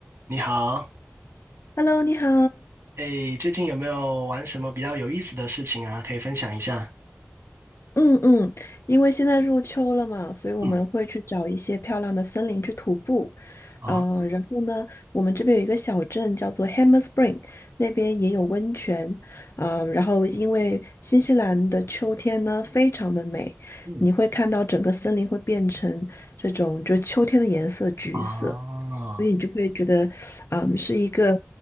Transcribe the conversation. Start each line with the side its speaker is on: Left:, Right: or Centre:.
Right: 你好，
Left: Hello，你好。
Right: 哎，最近有没有玩什么比较有意思的事情啊？可以分享一下。
Left: 嗯嗯，因为现在入秋了嘛，所以我们会去找一些漂亮的森林去徒步。
Right: 嗯，哦，
Left: 呃，然后呢，我们这边有一个小镇叫做 Hammer Spring，那边也有温泉。呃，然后因为新西兰的秋天呢非常的美，
Right: 嗯，
Left: 你会看到整个森林会变成这种就秋天的颜色，橘色。
Right: 哦，
Left: 所以你就会觉得，嗯，是一个